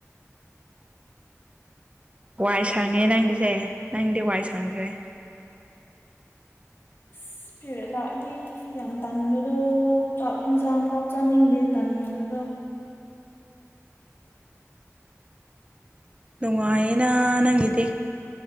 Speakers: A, on the right; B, on the left.
A: ꯋꯥꯏ ꯁꯪꯉꯦ ꯅꯪꯒꯤꯁꯦ ꯅꯪꯗꯤ ꯋꯥꯏ ꯁꯪꯈ꯭ꯔꯦ
B: ꯏꯁ ꯄꯤꯔꯦꯠ ꯂꯥꯛꯑꯗꯤ ꯌꯥꯝ ꯇꯟꯕꯗꯣ ꯆꯥꯛ ꯌꯦꯟꯖꯥꯡ ꯐꯥꯎ ꯆꯥꯅꯤꯡꯗꯦ ꯇꯟꯕꯗꯣ
A: ꯅꯨꯡꯉꯥꯏꯌꯦꯅ ꯅꯪꯒꯤꯗꯤ